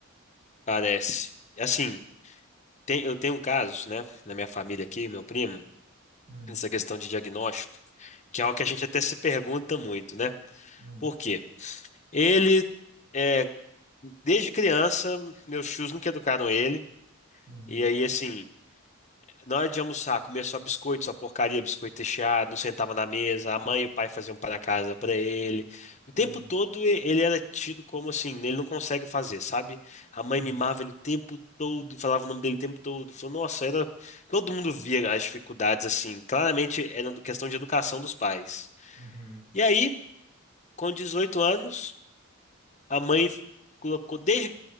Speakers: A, on the left; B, on the right.
A: Parece. Assim. Tem- eu tenho um caso, né, na minha família aqui, meu primo,
B: Hum,
A: nessa questão de diagnóstico, que é algo que a gente até se pergunta muito, né?
B: hum,
A: Por quê? Ele, é, desde criança, meus tios nunca educaram ele,
B: uhum,
A: e aí, assim, Na hora de almoçar, comia só biscoito, só porcaria, biscoito recheado, não sentava na mesa, a mãe e o pai faziam um pão na casa pra ele. O
B: uhum,
A: tempo todo e- ele era tido como assim, ele não consegue fazer, sabe? A
B: sim.
A: mãe mimava ele o tempo todo, falava o nome dele o tempo todo. Falou, nossa, era. Todo mundo via as dificuldades assim. Claramente era questão de educação dos pais.
B: Uhum,
A: E aí, com 18 anos, a mãe colocou desde